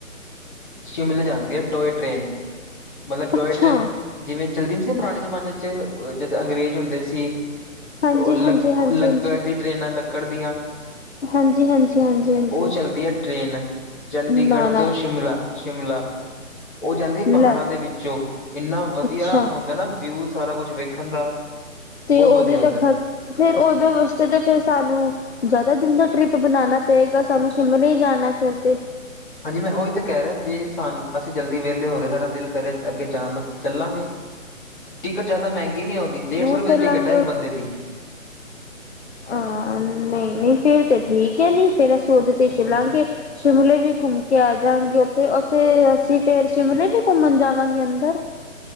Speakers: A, on the left; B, on the left.
A: ਸ਼ਿਮਲੇ ਜਾਂਦੀ ਐ ਉਹ ਟ੍ਰੇਨ। ਮਤਲਬ ਟੋਏ
B: ਅੱਛਾ
A: ਟ੍ਰੇਨ ਜਿਵੇਂ ਚੱਲਦੀ ਸੀ ਪੁਰਾਣੇ ਜ਼ਮਾਨੇ ਦੇ ਵਿੱਚ ਜਦੋਂ ਅੰਗਰੇਜ਼ ਹੁੰਦੇ ਸੀ।
B: ਹਾਂਜੀ
A: ਉਹ
B: ਹਾਂਜੀ ਹਾਂਜੀ
A: ਲੱਕੜ
B: ਹਾਂਜੀ
A: ਦੀਆਂ ਟ੍ਰੇਨਾਂ ਲੱਕੜ ਦੀਆਂ।
B: ਹਾਂਜੀ ਹਾਂਜੀ ਹਾਂਜੀ ਹਾਂਜੀ
A: ਓ ਚੱਲਦੀ ਆ ਟ੍ਰੇਨ ਚੰਡੀਗੜ੍ਹ
B: ਨਾ ਨਾ
A: ਤੋਂ ਸ਼ਿਮਲਾ ਚੱਲਦੀ ਆ। ਸ਼ਿਮਲਾ ਓ ਜਾਂਦੀ
B: ਲੈ
A: ਪਹਾੜਾਂ ਦੇ ਵਿਚੋਂ ਲੰਘਦੀ ਹੋਈ ਬਹੁਤ
B: ਅੱਛਾ
A: ਹੀ ਸੁੰਦਰ ਦ੍ਰਿਸ਼ ਦਿਖਾਉਂਦੀ ਹੈ। ਹੁੰਦਾ ਨਾ ਸਾਰਾ ਕੁਝ ਨਾ ਵੇਖਣ ਦਾ।
B: ਤੇ
A: ਬਹੁਤ
B: ਉਹਦੇ
A: ਵਧੀਆ ਹੁੰਦਾ
B: 'ਤੇ ਖਰਚ ਵੀ ਫਿਰ ਉਹਦੇ ਵਾਸਤੇ ਫਿਰ ਸਾਨੂੰ, ਜ਼ਿਆਦਾ ਦਿਨਾਂ ਦਾ ਟਰਿਪ ਬਣਾਣਾ ਪਏਗਾ। ਫਿਰ ਸਾਨੂੰ ਸ਼ਿਮਲੇ ਹੀ ਜਾਣਾ ਫਿਰ ਤੇ।
A: ਹਾਂਜੀ, ਮੈਂ ਉਹੀ ਤਾਂ ਕਹਿ ਰਿਹਾ ਹਾਂ। ਜੇ ਅਸੀਂ ਜਲਦੀ ਵਿਹਲੇ ਹੋ ਗਏ ਤੇ ਸਾਡਾ ਦਿਲ ਘਰੇ ਅੱਗੇ ਜਾਣ ਦਾ ਤਾਂ ਅਸੀਂ ਚੱਲਾਂਗੇ। ਟਿਕਟ ਜ਼ਿਆਦਾ ਮਹਿੰਗੀ ਨਹੀਂ ਹੁੰਦੀ ਡੇਢ
B: ਜ਼ਰੂਰ
A: ਸੌ ਰੁਪਏ
B: ਚੱਲਾਂਗੇ
A: ਦੀ ਟਿਕਟ ਇੱਕ ਬੰਦੇ ਦੀ।
B: ਆ, ਨਹੀਂ-ਨਹੀਂ ਫਿਰ ਤਾਂ ਠੀਕ ਐ। ਫਿਰ ਅਸੀਂ ਉਹਦੇ 'ਤੇ ਹੀ ਚੱਲਾਂਗੇ।
A: ਹਾਂਜੀ।
B: ਸ਼ਿਮਲੇ ਵੀ ਘੁੰਮ ਕੇ ਆਜਾਗੇ। ਉੱਥੇ ਉੱਥੇ ਅਸੀਂ ਫਿਰ ਸ਼ਿਮਲੇ ਵੀ ਘੁੰਮਣ ਜਾਵਾਂਗੇ ਅੰਦਰ।